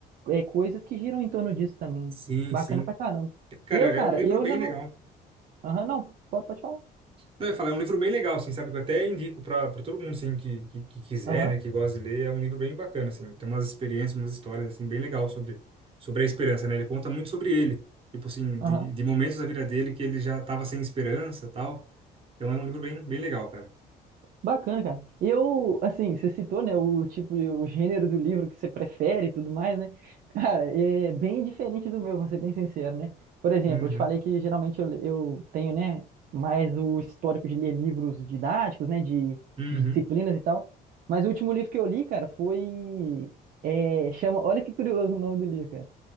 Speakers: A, on the right; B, on the right.
A: é, coisas que giram em torno disso também.
B: Sim,
A: né? Bacana
B: sim.
A: pra caramba.
B: Cara,
A: Eu,
B: é
A: cara,
B: um livro
A: eu
B: bem
A: já não.
B: legal.
A: Aham, não. Pode, pode falar.
B: Não, eu ia falar, é um livro bem legal, assim, sabe? Que eu até indico pra pra todo mundo, assim, que, que, que quiser,
A: Aham,
B: né? Que gosta de ler. É um livro bem bacana, assim. Tem umas experiências, umas histórias, assim, bem legal sobre, sobre a esperança, né? Ele conta muito sobre ele. Tipo assim,
A: aham.
B: de, de momentos da vida dele que ele já tava sem esperança tal. Então é um livro bem, bem legal, cara.
A: Bacana, cara. Eu, assim, você citou, né, o tipo, o gênero do livro que você prefere e tudo mais, né? Cara, é bem diferente do meu, vou ser bem sincero, né? Por exemplo,
B: Uhum.
A: eu te falei que geralmente eu, eu tenho, né, mais o histórico de ler livros didáticos, né, de,
B: Uhum.
A: de disciplinas e tal. Mas o último livro que eu li, cara, foi, é, chama, olha que curioso o nome do livro, cara.